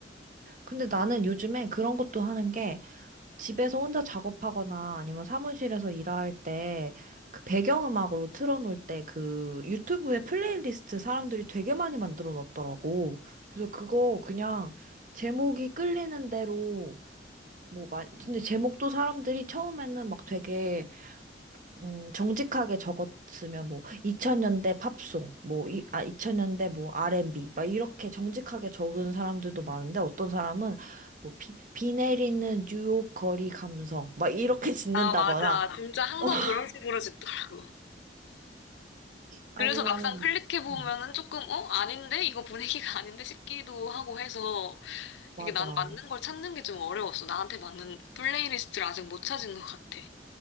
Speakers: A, on the right (about 45°); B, on the left (about 70°).
A: 근데 나는 요즘에 그런 것도 하는 게 집에서 혼자 작업하거나 아니면 사무실에서 일할 때 그 배경음악으로 틀어놓을 때 그 유튜브에 플레이리스트 사람들이 되게 많이 만들어 놨더라고. 그래서 그거 그냥 제목이 끌리는 대로 뭐, 마, 근데 제목도 사람들이 처음에는 막 되게 음, 정직하게 적었으면 뭐 2000년대 팝송, 뭐 이, 아, 2000년대 뭐 R&B 막 이렇게 정직하게 적은 사람들도 많은데 어떤 사람은 뭐 비, 비 내리는 뉴욕 거리 감성 막 이렇게 짓는다거나
B: 아, 맞아. 진짜 항상
A: <laughs>
B: 그런 식으로 듣더라고.
A: 아니면은
B: 그래서 막상 클릭해보면은
A: 뭐 음,
B: 조금, 어? 아닌데? 이거 분위기가 <laughs> 아닌데? 싶기도 하고 해서
A: 맞아.
B: 이게 난 맞는 걸 찾는 게 좀 어려웠어. 나한테 맞는 플레이리스트를 아직 못 찾은 것 같아.